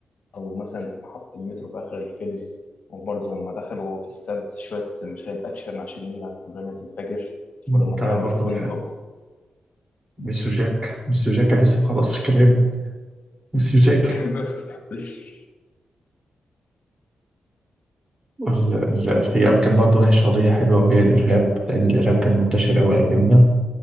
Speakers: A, on the left; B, on the right.
A: او مثلا في محطه المترو في اخر الفيلم وبرضه لما دخلوا في السد شويه مشاهد اكشن عشان يمنع قنبله الفجر
B: بتاع
A: ولما طلع
B: برضه
A: من الفندق
B: الح- ميسيو جاك ميسيو جاك كان لسه مخلصش كلام ميسيو
A: <laughs>
B: جاك ال- ال- الحقيقة كان برضه ناقش قضية حلوة وهي الإرهاب لأن الإرهاب كان منتشر أوي أيامها